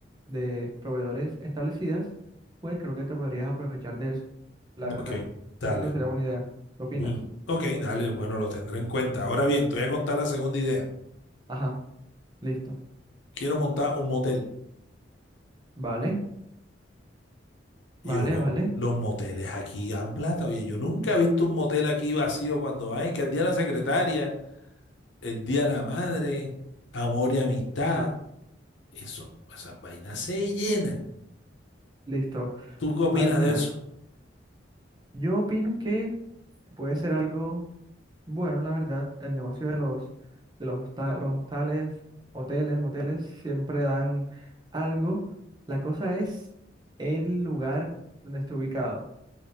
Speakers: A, on the right; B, on the left.
A: de proveedores establecidas, pues creo que te podrías aprovechar de eso, la verdad.
B: ok, dale.
A: Siento que sería buena idea. ¿Qué opinas?
B: bu- Ok, dale, bueno, lo tendré en cuenta. Ahora bien, te voy a contar la segunda idea.
A: Ajá, listo.
B: quiero montar un motel.
A: Vale,
B: Y
A: vale,
B: yo veo,
A: vale,
B: los moteles aquí dan plata. Oye, yo nunca he visto un motel aquí vacío cuando hay, que el día de la secretaria, el día de la madre, amor y amistad.
A: vale,
B: Eso, esas vainas se llenan.
A: listo.
B: ¿Tú qué opinas
A: A ver, mira,
B: de eso?
A: yo opino que puede ser algo. Bueno, la verdad, el negocio de los, de los, hosta- los hostales, hoteles, moteles, siempre dan algo. La cosa es el lugar donde esté ubicado.